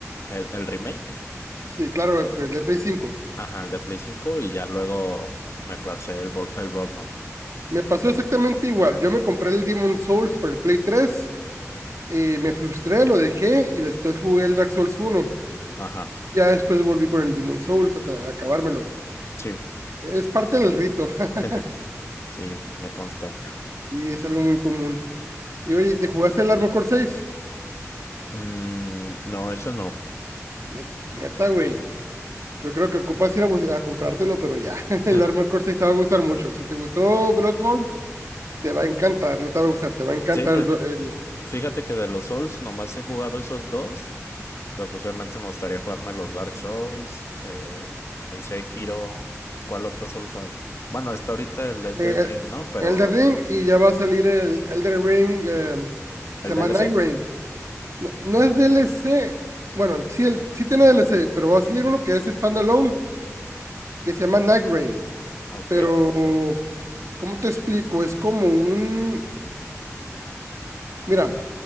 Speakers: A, on the left; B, on the right.
A: el, el remake.
B: sí, claro, el el de Play cinco
A: Ajá, el de Play cinco y ya luego me placé el, Bro- el Broadman.
B: Me pasó exactamente igual. Yo me compré el Demon Souls por el Play tres eh, me frustré, lo dejé y después jugué el Dark Souls uno
A: Ajá,
B: Ya después volví con el Demon Souls a, tra- a acabármelo.
A: sí.
B: Es parte del rito. <laughs>
A: <laughs> Sí, me consta.
B: Y es algo muy común. Y oye, ¿te jugaste el Armor Core 6?
A: Mm, no, eso no.
B: Net- Neta, güey. Yo creo que ocupas ir a, bus- a comprártelo, pero ya. <laughs> El
A: <laughs>
B: Armor Core 6 te va a gustar mucho. Si te gustó Bloodborne, te va a encantar. No te va a gustar, te va a encantar
A: Sí, pues
B: el, Blo- el,
A: fíjate que de los Souls nomás he jugado esos dos, pero pues obviamente me gustaría jugarme los Dark Souls, eh, el Sekiro, ¿cuál otro Souls hay? Bueno, está ahorita el Elden
B: eh,
A: Ring, ¿no? Pero
B: Elden Ring. Y ya va a salir el Elden Ring, em, que
A: ¿el
B: se llama
A: DLC?
B: Night Ring. No, no es DLC. Bueno, sí, el, sí tiene DLC, pero va a salir uno que es standalone, que se llama Night Rain.
A: Ok,
B: pero ¿cómo te explico? Es como un, mira,